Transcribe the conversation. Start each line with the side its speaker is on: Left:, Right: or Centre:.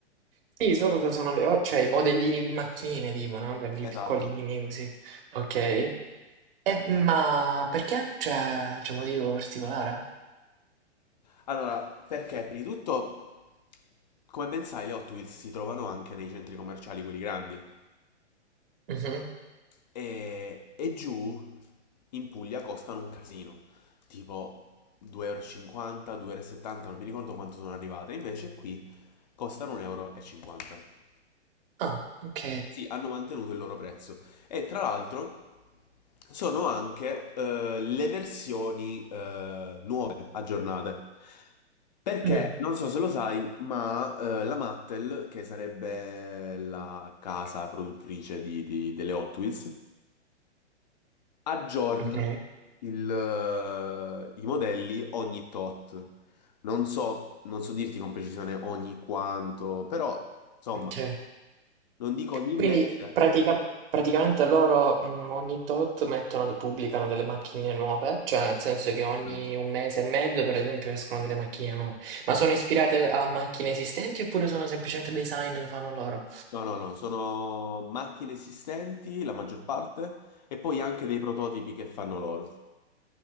Right: Sì, so cosa sono le... o- cioè i modellini di macchinine, tipo, no? Quelli piccolini,
Left: Esatto.
Right: così. Ok. E, ma perché? Cioè, c'è un motivo particolare?
Left: Allora, perché prima di tutto, come ben sai, le Hot Wheels si trovano anche nei centri commerciali, quelli grandi.
Right: Mhm.
Left: E, e giù in Puglia costano un casino, tipo 2,50 euro, 2,70 euro, e settanta, non mi ricordo quanto sono arrivate, invece qui costano 1,50 euro. e cinquanta.
Right: Ah, ok.
Left: Sì, hanno mantenuto il loro prezzo. E tra l'altro sono anche eh, le versioni eh, nuove, aggiornate. Perché
Right: Mm,
Left: non so se lo sai, ma eh, la Mattel, che sarebbe la casa produttrice di- di- delle Hot Wheels, aggiorna
Right: ok,
Left: il, eh, i modelli ogni tot. Non so, non so dirti con precisione ogni quanto, però insomma,
Right: ok.
Left: non dico ogni
Right: Quindi
Left: mese.
Right: pratica- praticamente loro mm, ogni tot mettono- pubblicano delle macchinine nuove, cioè nel senso che ogni
Left: Esatto.
Right: un mese e mezzo, per esempio, escono delle macchine nuove. Ma sono ispirate a macchine esistenti oppure sono semplicemente design che fanno loro?
Left: No, no, no, sono macchine esistenti, la maggior parte, e poi anche dei prototipi che fanno loro.